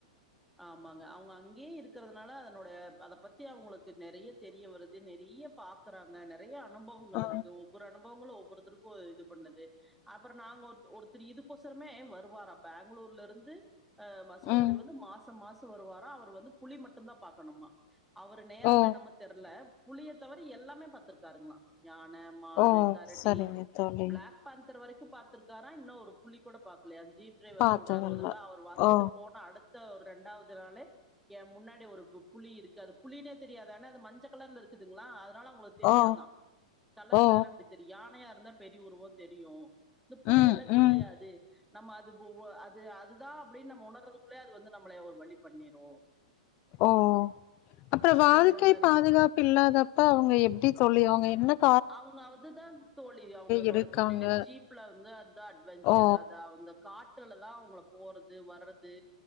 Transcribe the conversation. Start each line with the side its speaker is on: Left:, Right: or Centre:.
Centre: ஆமாங்க அவுங்க அங்கேயே இருக்கறத னால அதனுடைய அத பத்தி அவங்களுக்கு நெறைய தெரிய வருது நெறைய பாக்கறாங்க நெற் நெறைய அனுபவங்கள்
Left: ஆ
Centre: இருக்கு ஒவ்வொரு அனுபவங்களு ஒவ்வொருத் திருப்பு இது பண்ணது அப்பற நாங்க ஒர் ஒருத்தரு இதுக்கொசரமே வருவாரா பெங்களூர்லருந்து அஹ மசினகுடி
Left: ம்
Centre: வந்து மாச மாச வருவாரா அவரு வந்து புலி மட்டுந்தா பாக்கணுமா அவரு நேரமோ
Left: ஓ
Centre: என்னமோ தெரில புலிய தவற எல்லாமே பாத்துருக்காருங்களா யான மானு
Left: ஓ
Centre: கரடி
Left: சரிங்க தோழி
Centre: பிளாக் பாந்தர் வரைக்கு பாத்துருக் காரா இன்னு ஒரு புலி கூட பாக்கலயா ஜீப் டிரைவர்
Left: பாத்ததில்ல
Centre: சொல்றாரு ஒரு தடவை அவரு வந்துட்டு
Left: ஓ
Centre: போன அடுத்த ஒரு ரெண்டாவது நாளே ஏ முன்னாடி ஒரு கு புலி இருக்கு அது புலினே தெரியாது ஆனா அது மஞ்ச கலர்ல இருக்குதுங்களா அத் னால அவங்களுக்கு தெரியாதா
Left: ஓ
Centre: கலர்
Left: ஓ
Centre: வேற அப்படி தெரியு யானையா இருந்தா பெரிய உருவ தெரியு இந்த புலி
Left: ம்
Centre: எல்லா தெரியாது
Left: ம்
Centre: நம்ம அது போ அது அதுதா அப்டின்னு நம்ம உணர்துக்குள்ளேயே அது வந்து நம் மலைய ஒரு வழி பண்ணிரு
Left: ஓ ஓ அப்பறோ
Centre: அப்டிங்கிற
Left: வாழ்க்கை
Centre: மாரி
Left: பாதுகாப்பு இல்லாதப்ப அவங்க எப்டி தோழி அவங்க என்னப்
Centre: அவுங்க அதுதான் தோழி அவுங்களோட
Left: இருக்காங்க?
Centre: தொழிலே ஜீப்ல வந்து அதுதா அட்வெஞ்சர்
Left: ஓ!
Centre: அது அவுங்க காட்டுல தா அவுங்கள போறது வர்றது